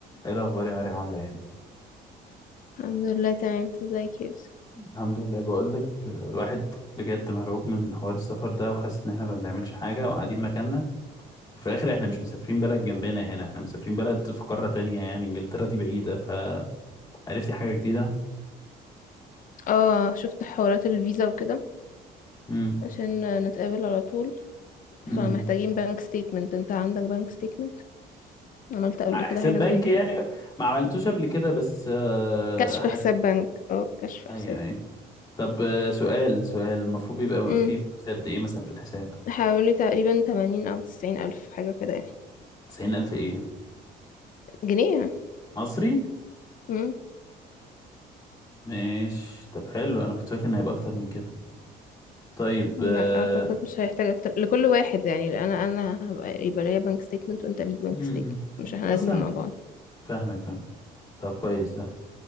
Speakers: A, on the left (about 20°); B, on the left (about 55°).
A: ايه الاخبار يا مريم عامله ايه
B: الحمد لله تمام انت ازيك يا يوسف
A: الحمد لله بقول لك الواحد بجد مرعوب من حوار السفر ده وحاسس ان احنا ما بنعملش حاجه وقاعدين مكاننا وفي الاخر احنا مش مسافرين بلد جنبنا هنا احنا مسافرين بلد في قاره تانية يعني انجلترا دي بعيده فعرفتي حاجه جديده
B: اه شفت حوارات الفيزا وكده
A: امم
B: عشان نتقابل على طول فمحتاجين
A: امم
B: بنك ستيتمنت انت عندك بنك ستيتمنت عملت قبل كده
A: حساب
B: حاجة
A: بنكي
B: زي كده
A: يعني ما عملتوش قبل كده بس آه،
B: كشف
A: حاسس
B: حساب بنك اه كشف
A: ايوه
B: حساب
A: ايوه طب آه، سؤال سؤال المفروض يبقى
B: امم
A: فيه فلوس قد ايه مثلا في الحساب
B: حوالي تقريبا 80 او 90 الف حاجة كده يعني
A: 90000 ايه
B: جنيه يعني.
A: مصري
B: امم
A: ماشي طب حلو انا كنت فاكر ان هيبقى اكتر من كده طيب
B: لا
A: آه،
B: اعتقد مش هيحتاج اكتر لكل واحد يعني انا انا هبقى يبقى ليا بنك ستيتمنت وانت ليك بنك
A: م-
B: ستيتمنت
A: م.
B: مش احنا
A: طب
B: الاتنين
A: سهل
B: مع بعض
A: فاهمك فاهم طب كويس ده